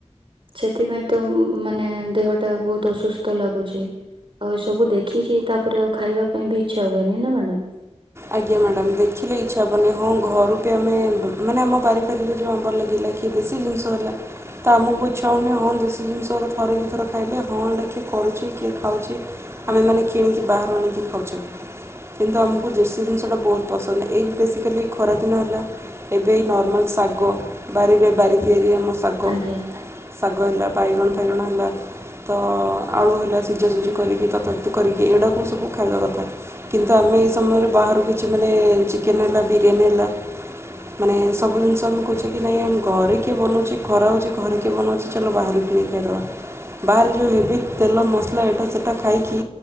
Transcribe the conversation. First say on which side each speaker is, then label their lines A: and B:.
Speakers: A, on the right; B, on the right.
A: ସେଥିପାଇଁ ତ ମାନେ ଦେହ ଟା ବହୁତ ଅସୁସ୍ଥ ଲାଗୁଛି ଆଉ ଏସବୁ ଦେଖିକି ତାପରେ ଆଉ ଖାଇବା ପାଇଁ ବି ଇଚ୍ଛା ହୁଏନି ନା ମ୍ୟାଡାମ।
B: ଆଜ୍ଞା ମ୍ୟାଡ଼ାମ ଦେଖିଲେ ଇଚ୍ଛା ହେବନି ହଁ ଘରୁ ବି ଆମେ ମାନେ ଆମ ବାରିଫାରିରେ ଯେଉଁ ଆମ୍ବର ଲାଗିଲା କିଏ ଦେଶୀ ଜିନିଷ ହେଲା ତ ଆମକୁ ଇଚଛା ହେଉନି ହଁ ଦେଶୀ ଜିନିଷ ଥରେ ଦୁଇ ଥର ଖାଇଲେ ହଁ ଏଟା କିଏ କରୁଛି କିଏ ଖାଉଛି ଆମେ ମାନେ କିଣିକି ବାହାରୁ ଆଣିକି ଖାଉଛେ କିନ୍ତୁ ଆମକୁ ଦେଶି ଜିନିଷଟା ବହୁତ ପସନ୍ଦ ଏଇ ବେସିକାଲି ଖରାଦିନ ହେଲା ଏବେ ଏଇ ନର୍ମାଲ୍ ଶାଗ ବାରି ଏ ବାରି ତିଆରି ଶାଗ
A: ଆଜ୍ଞା
B: <inaudible> ଶାଗ। ହେଲା ବାଇଣ ଫାଇଣ ହେଲା ତ ଆଳୁ ହେଲା ସିଝା ସୁଝି କରିକି ଏଡାକ ସବୁ ଖାଇବା କଥା କିନ୍ତୁ ଆମେ ସମୟରେ ବାହାରୁ କିଛି ମାନେ ଚିକେନ୍ ହେଲା ବିରିୟାନୀ ହେଲା ମାନେ ସବୁ ଜିନିଷ ଆମେ କହୁଛେ କି ନାଇଁ ଆମେ ଘରେ କିଏ ବନଉଛି ଖରା ହେଉଛି ଘରେ କିଏ ବନଉଛି ଚାଲ ବାହାରୁ କିଣିକି ଖାଇଦବା। ବାହାରେ ଯେଉଁ ହେବ ତେଲ ମସଲା ଏଇଟା ସେଇଟା ଖାଇକି